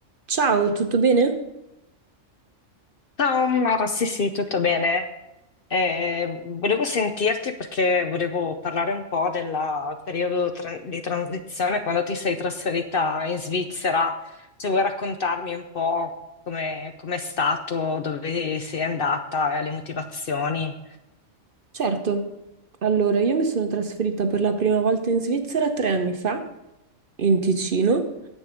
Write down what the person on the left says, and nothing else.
Ciao Mara, sì sì, tutto bene. Eh, volevo sentirti perché volevo parlare un po' del periodo tra- di transizione quando ti sei trasferita in Svizzera. Se vuoi raccontarmi un po' come com'è stato, dove sei andata e le motivazioni.